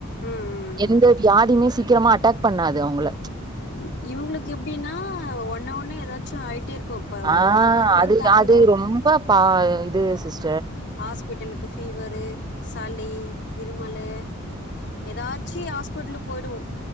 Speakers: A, on the left; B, on the right.
A: ம் ம்
B: எந்த வியாதியுமே சீக்கிரமா அட்டாக் பண்ணாது அவுங்கள
A: இ இவுங்ளுக் எப்டின்னா ஒண்ணு ஒண்ணே ஏதாச்சு ஆயிட்டே இருக்கு இப்ப
B: ஆ
A: ஒரு ம ஒன் மந்த்
B: அது
A: ஆகுதா
B: அது ரொம்ப பா இது சிஸ்
A: ஹாஸ்பிட்டலுக்கு ஃபீவரு சளி இருமலு எதாச்சி ஹாஸ்பிட்டலு போய்டுவோ